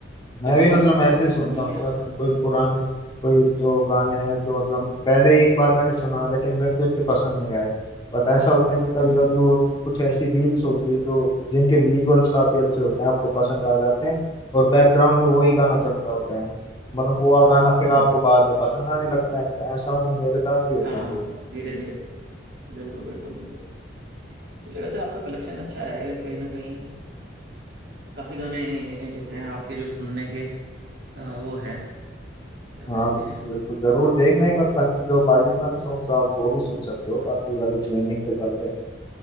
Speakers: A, on the left; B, on the right.
A: मैं
B: कभी
A: भी मतलब ऐसे ही
B: ध्यान
A: सुनता
B: नहीं
A: हूँ
B: गया
A: कि मतलब
B: उसका
A: कोई पुराने कोई जो गाने हैं जो मतलब पहले ही एक बार मैंने सुना लेकिन मेरे को इतने पसंद नहीं आए बट ऐसा होता है कि कभी
B: हम्म
A: कभी वो कुछ ऐसी रील्स होती है जो जिनके विजुअल्स काफी अच्छे होते हैं आपको पसंद आ जाते हैं और बैकग्राउंड में वही गाना चलता होता है मतलब वो गाना फिर
B: हाँ
A: आपको बाद में पसंद आने लगता है तो ऐसा मतलब मेरे साथ भी होता
B: हाँ
A: है कई बार।
B: धीरे धीरे बिल्कुल बिल्कुल बिल्कुल तो वैसे आपका कलेक्शन अच्छा है कहीं ना कहीं काफी गाने जो हैं आपके जो सुनने के अ, वो है क्या
A: हाँ
B: बोलते
A: बिल्कुल
B: हैं
A: बिल्कुल जरूर देखना एक बार पन- जो पाकिस्तानी सॉन्ग्स आप वो भी सुन सकते हो काफी अभी ट्रेंडिंग पे चलते